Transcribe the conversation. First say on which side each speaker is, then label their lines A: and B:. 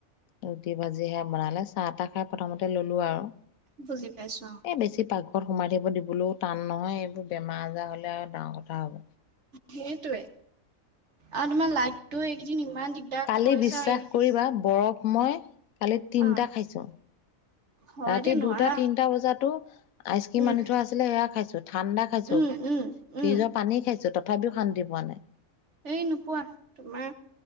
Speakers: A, on the left; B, on the right.
A: ৰুটি ভাজি হে বনালে। চাহ তাহ খাই প্ৰথমতে ললো আৰু।
B: বুজি পাইছো অ',
A: এ বেছি পাকঘৰত সোমাই থাকিব দিবলেও টান নহয় এইবোৰ বেমাৰ আজাৰ হলে আৰু ডাঙৰ কথা হ'ব।
B: সেইটোয়ে। আৰু তোমাৰ লাইটটো এইকেইদিন ইমান দিগদাৰ
A: কালি
B: কৰিছে
A: বিশ্বাস
B: অ',
A: কৰিবা বৰফ মই কালি তিনটা
B: অ',
A: খাইছোঁ
B: হয়
A: ৰাতি
B: দেই নোৱাৰা
A: দুটা তিনটা বজাতো আইচক্ৰীম
B: উম,
A: আনি থোৱা আছিলে সেয়া খাইছো ঠাণ্ডা খাইছো।
B: উম,
A: ফ্ৰিজৰ
B: উম, উম,
A: পানী খাইছো তথাপিও শান্তি পোৱা নাই।
B: এই নোপোৱা তোমাৰ